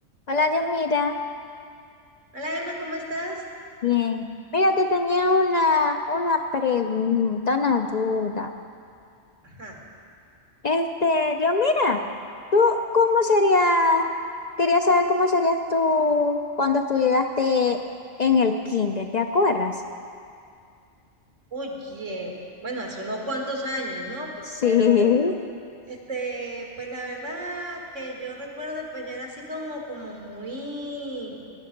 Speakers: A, on the left; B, on the right.
A: Hola, Dios, mira.
B: Hola Emma, ¿cómo estás?
A: Bien. Mira, te tenía una, una pregunta, una duda.
B: Ajá.
A: Este, Dios, mira, ¿tú cómo serías? Quería saber cómo serías tú cuando estudiaste en el kinder, ¿te acuerdas?
B: Oye, bueno, hace unos cuantos años, ¿no? Pe-
A: Sí.
B: Pero, este, pues la verdad que yo recuerdo, pues yo era así como, como muy,